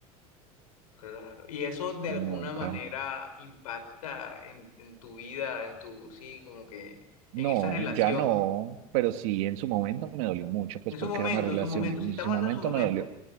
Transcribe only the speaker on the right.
nunca.
No,
ya no, pero sí, en su momento me dolió mucho, pues
porque
era una relación,
en
su momento
me dolió.